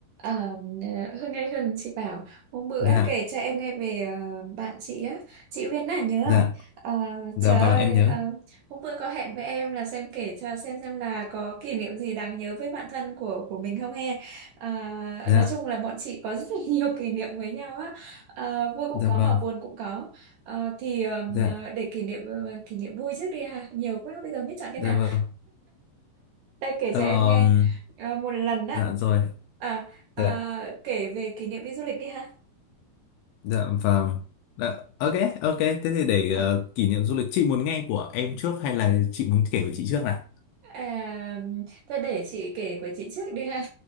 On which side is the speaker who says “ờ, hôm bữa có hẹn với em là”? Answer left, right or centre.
Right